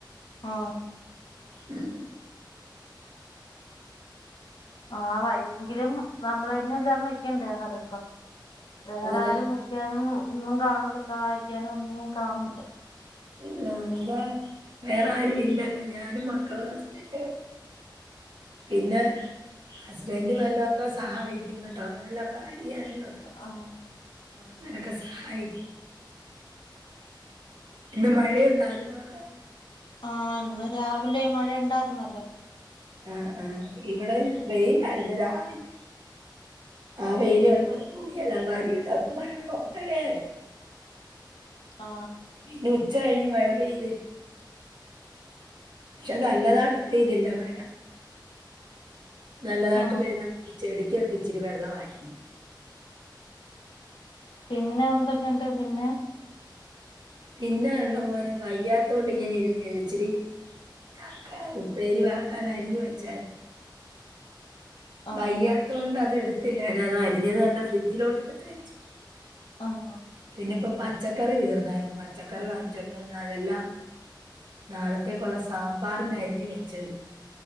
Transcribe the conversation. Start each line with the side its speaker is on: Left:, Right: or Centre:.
Left: ആ
Right: ഉം
Left: ആ ഭയങ്കരം നമ്മളന്നെല്ലാം വയ്ക്കണ്ടേ ഹരം വേറെ
Right: അതാ
Left: ആരും വയ്ക്കാനും ഒന്നും കാണൂല സഹായിക്കാനൊന്നും കാണൂല
Right: ഇല്ല എന്താ വേറെ ആരുും ഇല്ലല്ലോ ഞാനും മക്കളും ഹസ്ബൻഡും പിന്നെ ഹസ്ബൻഡ് വല്ലൊക്കെ സഹായിക്കും കേട്ടോ വല്ലൊക്കെ ചെയ്യാനും ഒക്കെ
Left: ആ ഉം.
Right: അങ്ങനൊക്കെ സഹായിക്കും <inaudible> ഇന്ന് മഴയുണ്ടായിരുന്നോ അവടെ
Left: ആ ഇന്ന് രാവിലെ മഴണ്ടായിരുന്നു
Right: ആ ആ ഇവിടെ വെയിലായിരുന്നു ആ വെയില് കണ്ടോണ്ട് തുണിയെല്ലാം വാരിയിട്ട അപ്പൊ മഴക്ക മഴയായി
Left: ആ
Right: പിന്നെ ഉച്ച കഴിഞ്ഞ് മഴ പെയ്തില്ല പക്ഷെ നല്ലതായിട്ട് പെയ്തില്ല മഴ നല്ലതായിട്ട്
Left: ആ
Right: പെയ്താ ചെടിക്കൊക്കെ ഇച്ചിരി വെള്ളമായി
Left: പിന്നെ എന്തൊ കണ്ട് പിന്നെ
Right: പിന്നെ വണ്ട മോനെ വയ്യാത്ത കൊണ്ട് ഇങ്ങനെ ഇരുന്ന് ഇച്ചിരി ചക്ക ഉപ്പേരി വറക്കാൻ അരിഞ്ഞു വെച്ചായിരുന്നു
Left: ആ
Right: വയ്യാത്ത കൊണ്ട് അത് എടു ത്തില്ല അത് അരിഞ്ഞത് കണ്ട് ഫ്രിഡ്ജിലോട്ട് എടുത്ത് വെച്ചു
Left: ആഹ്
Right: പിന്നെപ്പം പച്ചക്കറി തീർന്നായിര്ന്നു പച്ചക്കറി വാങ്ങിച്ചോണ്ട് വന്നാ അതെല്ലാം നാളത്തേക്കുള്ള സാമ്പാറിന്നരിഞ് വെച്ച്